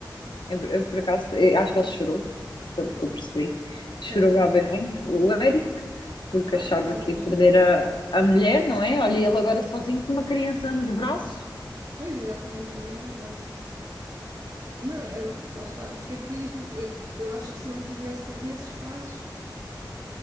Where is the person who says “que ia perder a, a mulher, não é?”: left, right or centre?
Left